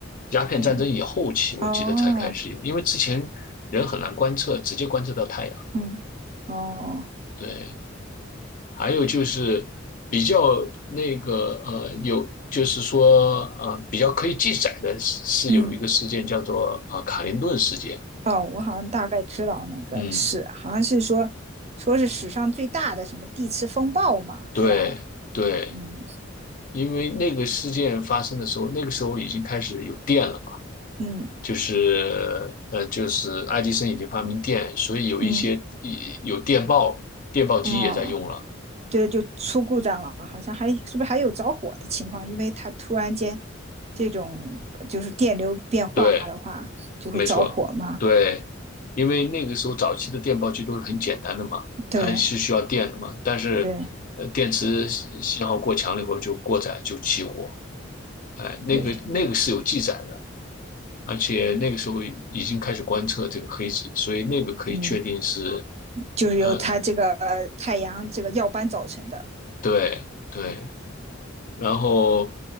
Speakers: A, on the left; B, on the right.
A: 鸦片战争以后期，
B: 嗯，
A: 我记得才开始有，
B: 哦，
A: 因为之前人很难观测，直接观测到太阳。
B: 嗯，哦，
A: 对，还有就是比较那个呃，有就是说呃，比较可以记载的是是有一个事件叫做啊、
B: 嗯，
A: 呃卡林顿事件。
B: 哦，我好像大概知道那个是，
A: 嗯，
B: 好像是说，说是史上最大的什么地磁风暴嘛，
A: 对对。
B: 是吧？嗯，
A: 因为那个事件发生的时候，那个时候已经开始有电了嘛，
B: 嗯，
A: 就是呃，就是爱迪生已经发明电，所以有一些
B: 嗯，
A: 有电报，电报机也在用了。
B: 嗯哦。对，就出故障了，好像还是不是还有着火的情况？因为它突然间这种就是电流变化的话，
A: 对，
B: 就会着火嘛。
A: 没错，对，因为那个时候早期的电报机都是很简单的嘛，
B: 对
A: 它是需要电的嘛，但是呃，
B: 对
A: 电池信号过强了以后就过载就起火，哎，那个那个是有记载的。
B: 对，
A: 而且那个时候已经开始观测这个黑子，所以那个可以确定是
B: 嗯，就是由它这个呃太阳这个耀斑造成的。
A: 呃，对对，然后